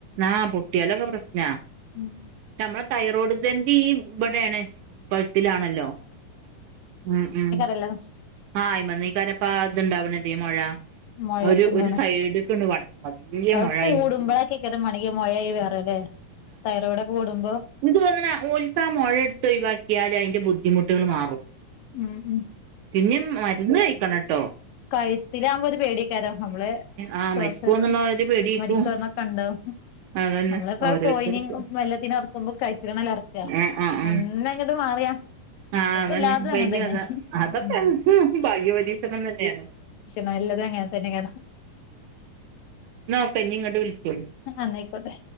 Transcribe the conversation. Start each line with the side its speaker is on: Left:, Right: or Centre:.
Right: ആഹ് പൊട്ടിയാലൊക്കെ പ്രശ്നാ
Left: ഉം
Right: നമ്മളെ തൈറോയ്ഡ് ഗ്രന <unintelligible> ഇവടേണ് പഴ്ത്തിലാണല്ലോ ഉം ഉം
Left: ഹലോ
Right: ആ അയി്മന്നേ കാരപ്പാ ഇത്ണ്ടാവ്ണത് മൊഴ
Left: മൊയൊക്കെന്താണ്
Right: ഒരു ഒരു സൈഡ്ക്ക്ണ്ട് വന്ന് വല്യ
Left: അഹ്
Right: മൊഴായി
Left: കൂടുമ്പളക്കൈക്കാരെമണങ്കി
Right: നിക്ക്ണ്ട്
Left: മൊഴായി മാർണല്ലേ തൈറോയ്ഡ് കൂടുമ്പാെ
Right: ഇങ്ങട്ട് വന്നന്നാ ഓല്‍ക്കാ മൊഴ എടുത്ത് ഒയിവാക്കിയാലൈന്റെ ബുദ്ധിമുട്ടുകൾ മാറും
Left: ഉം ഉം
Right: പിന്നിം മരുന്ന് കയിക്കണട്ടോ
Left: കഴുത്തിലാവുമ്പോരു പേടിക്കാരം നമ്മളെ
Right: ആഹ്
Left: ശ്വാസ
Right: മരിക്കോന്നുള്ള ഒരു പേടിയേക്കും
Left: മരിക്കന്നെ കണ്ടോ
Right: അതന്നെ
Left: നമ്മളിപ്പോ
Right: ഓരോരുത്തർക്ക്
Left: കോയിനിം മെല്ലത്തിനർക്കുമ്പോ കൈത്തിഴണല്ലർക്കാ
Right: ആഹ് ആഹ് ആഹ്
Left: ഒന്നങ്ങട്ട് മാറിയാ
Right: ആഹ് അതന്നെ
Left: പ്പല്ലാതും
Right: കഴിഞ്ഞു
Left: അങ്ങനെ തന്നെ
Right: കഥ അതൊക്കെ
Left: ഉം
Right: ഭാഗ്യപരീക്ഷണം തന്നെയാണ്
Left: നല്ലത് അങ്ങെനെതെന്നെകേണ്
Right: നോക്കെ ഞിങ്ങട്ട് വിളിച്ചോളി
Left: അ ന്നയിക്കോട്ടെ